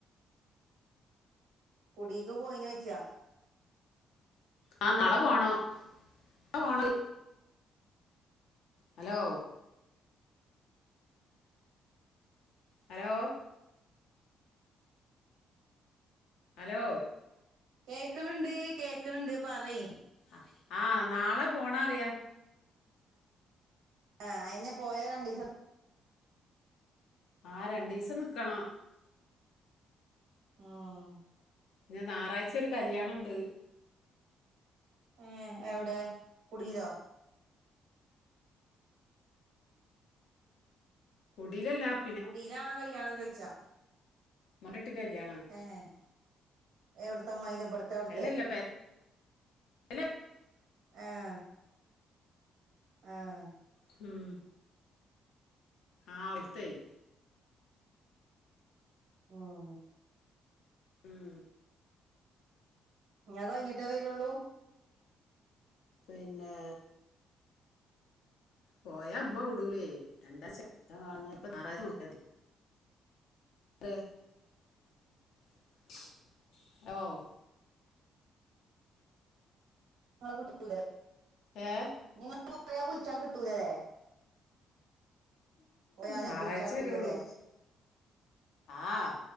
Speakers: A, on the right (about 85°); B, on the left (about 80°).
A: കുടീക്ക് പോയിനോയ്ച്ച
B: ആഹ് നാളെ പോണം <unintelligible> ഹലോ ഹലോ ഹലോ
A: കേക്ക്ണ് ണ്ട് കേക്ക്ണ് ണ്ട് പറി
B: അ ആഹ് നാളെ പോണറ്യാ
A: ആഹ് അയന്നെ പോയ രണ്ടിസം
B: ആഹ് രണ്ടീസം നിക്കണം
A: ആഹ്
B: ന്നെ ന്നാറാഴ്ച ഒരു കല്യാണണ്ട്
A: ഏഹ് എവ്ടെ കുടീലോ
B: കുടീലല്ല അ
A: കുടീലാണോ കല്യാണം ചോയ്ച്ച
B: മ്മോന്റുട്ടിന്റെ കല്യാണാ
A: ഏഹ് എവ്ട്ത്ത അമ്മായിന്റെ ഇബട്ത്തെ ഔട്ത്തെ
B: അല്ലല്ല പെരല്ല
A: ഏഹ് ആഹ്
B: ഹും ആഹ് ഔട്ത്തെയ്
A: ആഹ്
B: ഉം
A: ഞ് അ കഴിഞ്ഞട്ടേ വെരൊള്ളൂ
B: പിന്നെ പോയ അമ്മ വിടൂലേ രണ്ടാപ്പ ഞാറാഴ്ച നോക്കിയാതി <unintelligible> ആവു
A: ങ്ങളെ <unintelligible> വീട്ട്
B: ഏ
A: <unintelligible> ഞ് <unintelligible> വിളിച്ചാകിട്ടൂലല്ലേ പോയാലേ
B: ഞായ്റാഴ്ച
A: വിളിച്ചാ കിട്ടൂലല്ലേ
B: വെരൊള്ളൂ ആഹ്